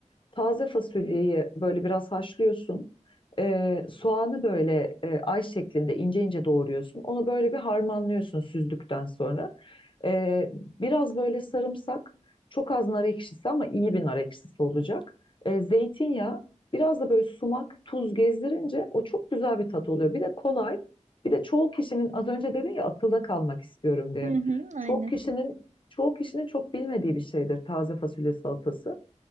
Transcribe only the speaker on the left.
taze fasulyeyi böyle biraz haşlıyorsun. Ee, soğanı böyle e, ay şeklinde ince ince doğruyorsun. Onu böyle bir harmanlıyorsun süzdükten sonra. Ee, biraz böyle sarımsak, çok az nar ekşisi ama iyi bir nar ekşisi olacak. Ee, zeytinyağı, biraz da böyle sumak, tuz gezdirince o çok güzel bir tat oluyor. Bir de kolay. Bir de çoğu kişinin az önce dedin ya akılda kalmak istiyorum diye.
Çoğu kişinin çoğu kişinin çok bilmediği bir şeydir taze fasulye salatası.